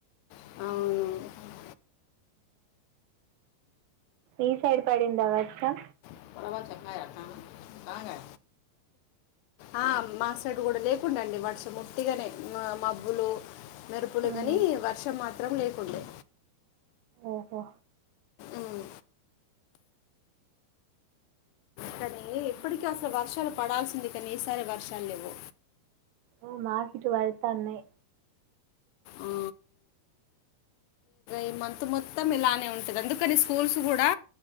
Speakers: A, on the left (about 85°); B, on the right (about 85°).
A: అవును
B: ఈ సైడ్ పడిందా వర్షం
A: <unintelligible> బాగ ఆ మా సైడ్ కూడ లేకుండా అండి వాడుస మొట్టిగానే మబ్బులు మెరుపులు
B: ఉమ్.
A: కానీ వర్షం మాత్రం లేకుండే
B: ఓహో
A: ఉమ్. కానీ ఇప్పటికీ అసలు వర్షాలు పడాల్సింది కానీ ఈసారే వర్షాలు లేవు
B: ఆ మాకీట్ <unintelligible>
A: ఆ, ఈ మంత్ మొత్తం ఇలానే ఉంటది అందుకని స్కూల్స్ కూడా